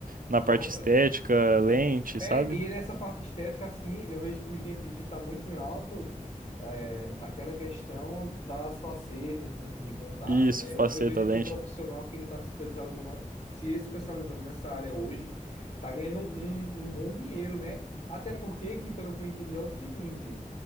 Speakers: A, on the right; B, on the left.
A: na
B: Importante.
A: parte estética, lente,
B: É,
A: sabe?
B: e nessa parte estética, assim, eu vejo que os dentistas estão muito em alto é, aquela questão das facetas, né, de contato,
A: Isso,
B: né? Eu,
A: faceta,
B: eu vejo
A: lente.
B: que o profissional que ele está se especializando, se especializando nessa área hoje, está ganhando um, um bom dinheiro, né? Até porque, que pelo que eu entendi, é o seguinte.